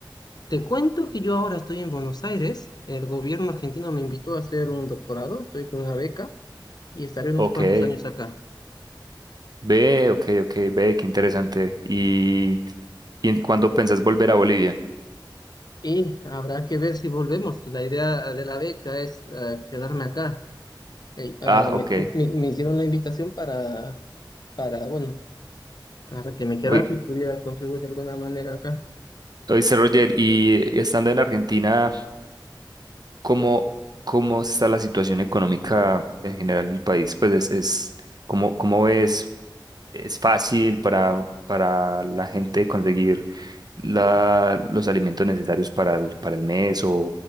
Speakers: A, on the left; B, on the right.
A: Te cuento que yo ahora estoy en Buenos Aires. El gobierno argentino me invitó a hacer un doctorado, estoy con una beca y estaré unos
B: Ok,
A: cuantos años acá.
B: ve, ok, ok, ve, qué interesante. ¿Y, y en- cuándo pensás volver a Bolivia?
A: Y habrá que ver si volvemos. La idea de la beca es eh, quedarme acá. Ey,
B: Ah,
A: ah, me,
B: ok.
A: me- me hicieron la invitación para, para, bueno, Para que me quedase
B: Hoy,
A: y pudiera contribuir de alguna manera acá.
B: hoy Roger, y estando en Argentina. cómo, cómo está la situación económica en general del país. Pues es, es cómo, cómo ves, es fácil para, para la gente conseguir la, los alimentos necesarios para el, para el mes o,